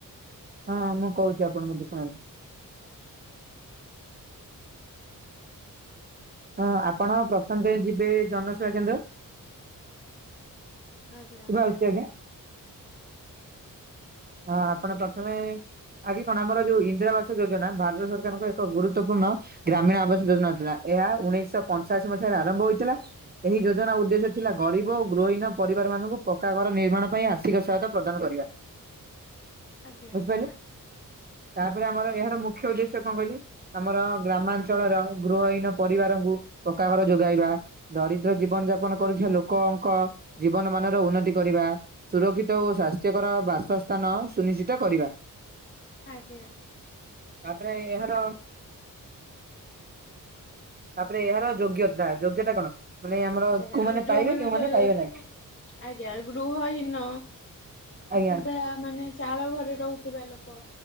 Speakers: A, on the right; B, on the left.
A: ହଁ ମୁଁ କହୁଛି ଆପଣଙ୍କୁ ଟିକେ ଶୁଣନ୍ତୁ।
B: ହ <inaudible>
A: ହଁ ଆପଣ ପ୍ରଥମେ ତ ଯିବେ ଜନସେବା କେନ୍ଦ୍ର। <unintelligible>
B: ଆଜ୍ଞା
A: ହଁ ଆପଣ ପ୍ରଥମେ। ଆଗେ କଣ ଆମର ଯୋଉ ଇନ୍ଦିରା ଆବାସ ଯୋଜନା ଭାରତ ସରକାରଙ୍କ ଏକ ଗୁରୁତ୍ୱପୂର୍ଣ୍ଣ ଗ୍ରାମୀଣ ଆବାସ ଯୋଜନା ଥିଲା। ଏହା ଉଣେଇଶହ ପଞ୍ଚାଅଶୀ ମସିହାରେ ଆରମ୍ଭ ହୋଇଥିଲା, ଏହି ଯୋଜନା ଉଦ୍ଦେଶ୍ୟ ଥିଲା ଗରିବ ଓ ଗୃହ ହୀନ ପରିବାର। ମାନଙ୍କୁ ପକ୍କା ଘର ନିର୍ମାଣ ପାଇଁ ଆର୍ଥିକ ସହାୟତା ପ୍ରଦାନ କରିବା।
B: ଆଜ୍ଞା
A: ବୁଝିପାରିଲେ, ତାପରେ ଆମର
B: ଆଜ୍ଞା।
A: ଏହାର ମୁଖ୍ୟ ଉଦ୍ଦେଶ୍ୟ କଁ କହିଲେ। ଆମର ଗ୍ରାମାଞ୍ଚଳର ଗୃହହୀନ ପରିବାରଙ୍କୁ ପକ୍କା ଘର ଯୋଗାଇବା ଦରିଦ୍ରଜୀ ଜୀବନ ଯାପନ କରୁଥିବା ଲୋକଙ୍କ ଜୀବନ ମାନର ଉନ୍ନତି କରିବା ସୁରକ୍ଷିତ ଓ ସ୍ୱାସ୍ଥ୍ୟକର ବାସ ସ୍ଥାନ ସୁନିଶ୍ଚିତ କରିବା।
B: ଆଜ୍ଞା।
A: ପ୍ରାଏ ଏହାର। ତାପରେ ଏହାର ଯୋଗ୍ୟତା, ଯୋଗ୍ୟତା କଣ ମାନେ ଆମର
B: ଆଜ୍ଞା
A: କୋଉମାନେ
B: ଯୋଉ
A: ପାଇବେ
B: ମାନଙ୍କର
A: କେଉଁମାନେ ପାଇବେ ନାହିଁ
B: ଆଜ୍ଞା ଗୃହ ହୀନ
A: ଆଜ୍ଞା
B: କିମ୍ବା ମାନେ ଚାଳ ଘରେ ରହୁଥିବା ଲୋକ